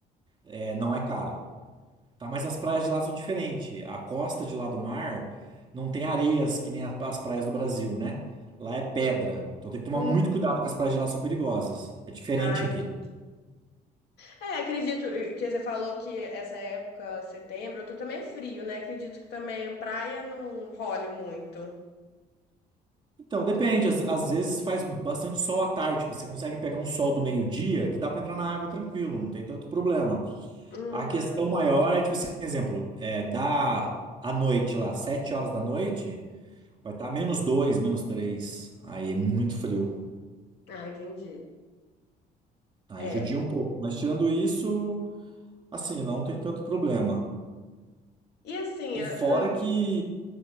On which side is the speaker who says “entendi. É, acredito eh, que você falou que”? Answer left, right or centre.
Left